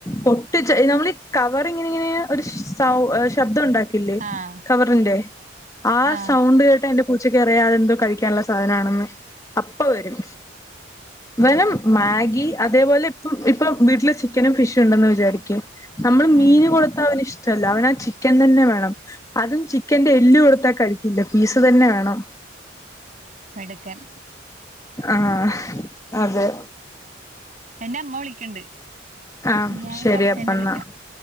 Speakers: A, on the left; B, on the right.
A: പൊട്ടിച്ച നമ്മളീ കവറിങ്ങിനിങ്ങനെ ഒരു സൗ ശബ്ദം ഉണ്ടാ ക്കില്ലേ
B: ആഹ്
A: കവറിന്റെ ആ
B: ആഹ്
A: സൗണ്ട് കേ ട്ടാ എന്റെ പൂച്ചക്കറിയ അതെന്തോ കഴിക്കാന്ള്ള സാധനാണെന്ന് അപ്പ വരും വെനം മാഗി അതേപോലെ ഇപ്പം ഇപ്പ വീട്ടില് ചിക്കനും ഫിഷുംണ്ടെന്ന് വിചാരിക്കേ നമ്മള്
B: ഉം
A: മീന് കൊടുത്ത അവന്ന് ഇഷ് അവന ആ ചിക്കൻ തന്നെ വേണം അതും ചിക്കന്റെറെ എല്ല് കൊടുത്ത കഴിക്കില്ല പീസ തന്നെ വേണം
B: മെടുക്കൻ
A: ആഹ അതെ
B: എന്റെ അമ്മ വിളിക്കണ്ട്
A: ആശരിയപ്പ
B: ഞാൻ കൊറച്ചഴിഞ്ഞിട്ട്
A: എന്നാ
B: വിളിക്കാം